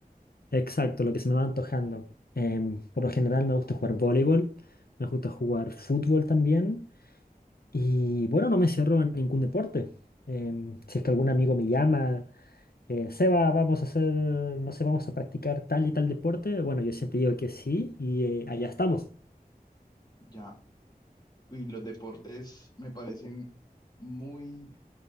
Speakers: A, on the left; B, on the left.
A: Exacto, lo que se me va antojando. Em, por lo general me gusta jugar voleibol, me gusta jugar fútbol también. Y bueno, no me cierro en ningún deporte. Em, si es que algún amigo me llama, eh, Seba, vamos a hacer, no sé, vamos a practicar tal y tal deporte. Bueno, yo siempre digo que sí y eh, allá estamos.
B: Ya. Y los deportes me parecen muy